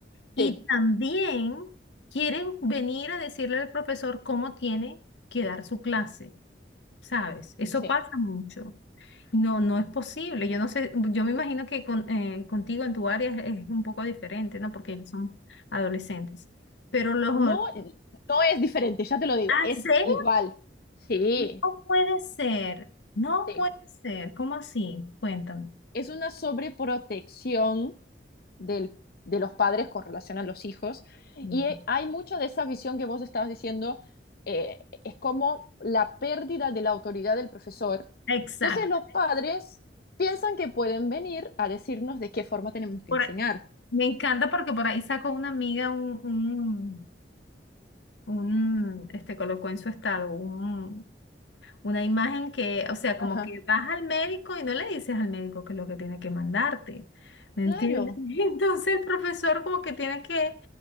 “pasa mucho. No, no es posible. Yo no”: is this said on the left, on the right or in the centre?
Left